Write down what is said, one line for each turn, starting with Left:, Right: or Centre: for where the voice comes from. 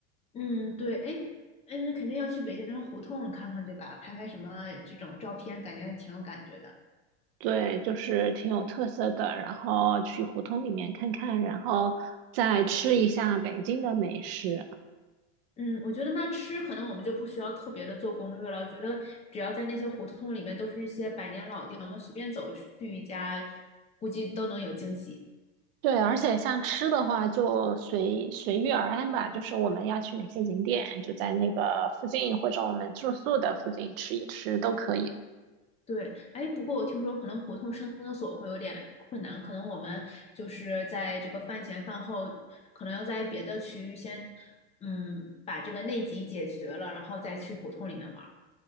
Left: 嗯，对，哎，嗯，肯定要去北京的胡同看看，对吧？拍拍什么这种照片，感觉还挺有感觉的。
Right: 对，就是挺有特色的。然后去胡同里面看看，然后再吃一下北京的美食。
Left: 嗯，我觉得那吃可能我们就不需要特别的做攻略了，觉得只要在那些胡同里面都是一些百年老店，我们随便走去一家，估计都能有惊喜。
Right: 对，而且像吃的话，就随随遇而安吧。就是我们要去哪些景点，就在那个附近或者我们住宿的附近吃一吃都可以。
Left: 对，哎，不过我听说可能胡同上厕所会有点困难，可能我们就是在这个饭前饭后，可能要在别的区域先，嗯，把这个内急解决了，然后再去胡同里面玩儿。